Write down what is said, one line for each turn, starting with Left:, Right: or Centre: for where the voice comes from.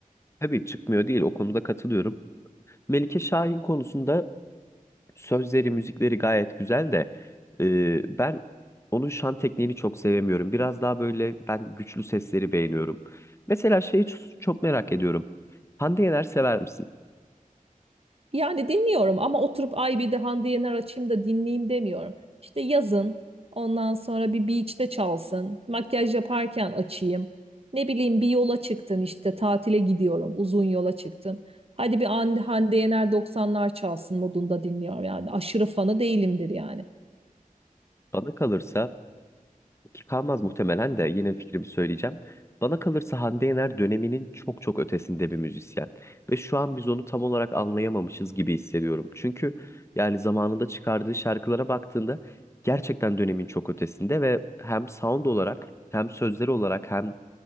Left: Tabii çıkmıyor değil o konuda katılıyorum. Melike Şahin konusunda sözleri müzikleri gayet güzel de e, ben onun şan tekniğini çok sevemiyorum. Biraz daha böyle ben güçlü sesleri beğeniyorum. Mesela şeyi ç- çok merak ediyorum. Hande Yener sever misin?
Right: Yani dinliyorum ama oturup ay bir de Hande Yener açayım da dinleyeyim demiyorum. İşte yazın ondan sonra bir beach'te çalsın. Makyaj yaparken açayım. Ne bileyim bir yola çıktım işte tatile gidiyorum. Uzun yola çıktım. Hadi bir Hande, Hande Yener doksanlar çalsın modunda dinliyorum yani. Aşırı fanı değilimdir yani.
Left: Bana kalırsa ki kalmaz muhtemelen de yine fikrimi söyleyeceğim. Bana kalırsa Hande Yener döneminin çok çok ötesinde bir müzisyen. Ve şu an biz onu tam olarak anlayamamışız gibi hissediyorum. Çünkü yani zamanında çıkardığı şarkılara baktığında gerçekten dönemin çok ötesinde ve hem sound olarak hem sözleri olarak hem